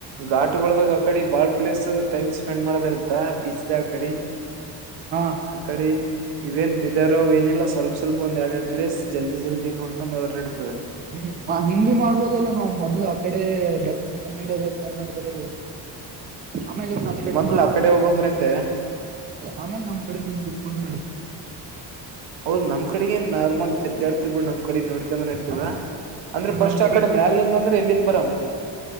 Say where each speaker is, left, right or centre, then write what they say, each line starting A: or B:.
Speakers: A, on the right; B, on the right.
A: ಘಾಟ್ಗಳೋದಾಗ ಆಕಡೆ ಬಾಳ್ ಪ್ಲೇಸ್ ಟೈಮ್ ಸ್ಪೆಂಡ್ ಮಾಡದ ಇರ್ತದ ಬೀಚ್ದಾಗ ಆ ಕಡಿ
B: ಹಾ
A: ಆ ಕಡೆ ಇವೇನ್ ಬೀದರವು ಏನಿಲ್ಲ ಸ್ವಲ್ಪ ಸ್ವಲ್ಪ ಒಂದ ಎರಡ್ ಎರಡು ಪ್ಲೇಸ್ ಜಲ್ದಿ ಜಲ್ದಿ ನೋಡ್ಕೊಂಡು ಹೋದ್ರ ನಡಿತದ
B: ಹ್ಮ್ ಹಿಂಗಿ ಬಿ ಮಾಡ್ಬೋದಲ್ಲಾ ನಾವ್ ಮೊದ್ಲು ಆ ಕಡೆ ದಕ್ಷಿಣ ಕನ್ನಡ ಕರ್ನಾಟಕದಲ್ಲಿ ಆಮೇಲೆ ಇವ ನಮ್ಮ್ ಕಡೆನು
A: ಮೊದ್ಲ ಆ ಕಡೆ ಹೋಗಂಬ್ರಂತೆ
B: ಆಮೇಲೆ ನಮ್ಮ್ ಕಡೆ ಮುಗಸಕೂಂಡರ ನಡಿತ
A: ಹೌದ್ ನಮ್ ಕಡಿಗೆನ ನಾರ್ಮಲ್ ತಿರ್ಗಾಡ್ತ್ ಬಿಡ್ ನಮ್ ಕಡೆ ನೋಡ್ಕೊಂಡಂದ್ರ ನಡತದ
B: ಹ
A: ಅಂದ್ರ ಫಸ್ಟ್
B: ನಮ್ ಕಡೆಗ್
A: ಆ ಕಡೆ
B: ಚಂದ
A: ಮ್ಯಾಲ ನಿಂದ ಅಂದ್ರ ಎಲ್ಲಿಂದ ಬರಾಮ